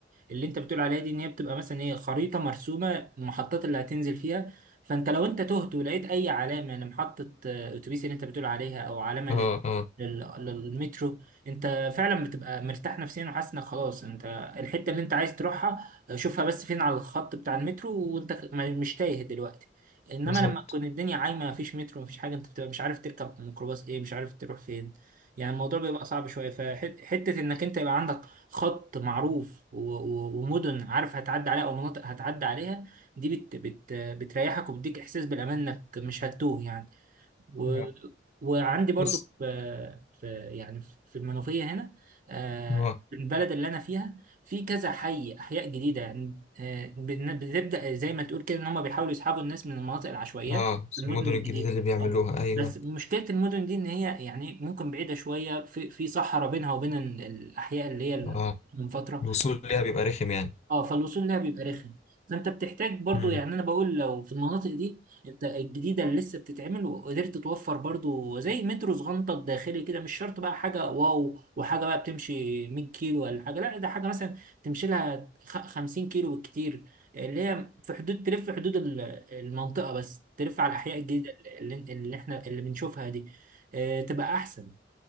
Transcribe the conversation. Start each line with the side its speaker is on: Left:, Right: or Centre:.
Right: اللي انت بتقول عليها دي ان هي بتبقى مثلا ايه خريطة مرسومة المحطات اللي هتنزل فيها فانت لو انت تهت ولقيت اي علامة لمحطة آه، اتوبيس اللي انت بتقول عليها او علامة
Left: اه
Right: لل...
Left: اه
Right: لل... للمترو انت فعلا بتبقى مرتاح نفسيا وحاسس انك خلاص انت الحتة اللي انت عايز تروحها شوفها بس فين على الخط بتاع المترو وانت ما- مش تايه دلوقتي انما
Left: بالظبط
Right: لما تكون الدنيا عايمه مفيش مترو مفيش حاجه انت بتبقى مش عارف تركب ميكروباص ايه مش عارف تروح فين يعني الموضوع بيبقى صعب شويه فحته انك انت يبقى عندك خط معروف و- و- ومدن عارف هتعدي عليها او مناطق هتعدي عليها دي بت بت بتريحك وبتديك احساس بالامان انك مش هتتوه يعني و...
Left: آه،
Right: وعندي برضو
Left: بص
Right: في... في يعني في المنوفية هنا آه،
Left: اه
Right: في البلد اللي أنا فيها في كذا حي أحياء جديدة يعني آه، بن- بنبدأ زي ما تقول كده إن هم بيحاولوا يسحبوا الناس من المناطق العشوائيات
Left: اه
Right: للمدن
Left: المدن
Right: الجديدة
Left: الجديده اللي بيعملوها
Right: اه
Left: ايوه
Right: بس مشكلة المدن دي إن هي يعني ممكن بعيدة شوية في في صحراء بينها وبين ال- الأحياء اللي هي
Left: اه
Right: المنفترة
Left: الوصول ليها بيبقى رخم يعني
Right: اه فالوصول لها بيبقى رخم فانت بتحتاج برضو
Left: امم
Right: يعني انا بقول لو في المناطق دي انت الجديده اللي لسه بتتعمل وقدرت توفر برضو زي مترو صغنطه داخلي كده مش شرط بقى حاجه واو وحاجه بقى بتمشي 100 كيلو ولا حاجه لا ده حاجه مثلا تمشي لها خ- 50 كيلو بالكتير اللي هي في حدود تلف في حدود ال- المنطقه بس تلف على الاحياء الجديده اللي, اللي احنا اللي بنشوفها دي آه، تبقى احسن